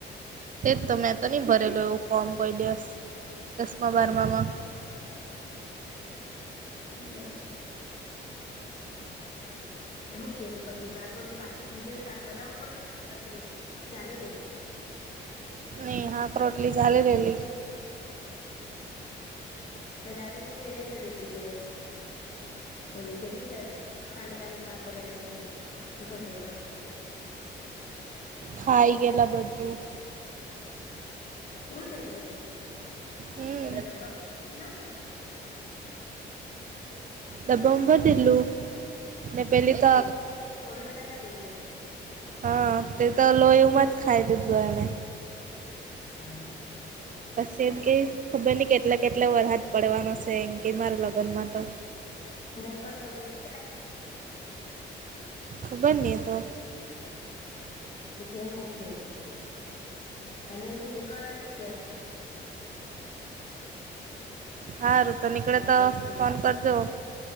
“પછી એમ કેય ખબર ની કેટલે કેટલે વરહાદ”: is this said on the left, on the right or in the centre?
Right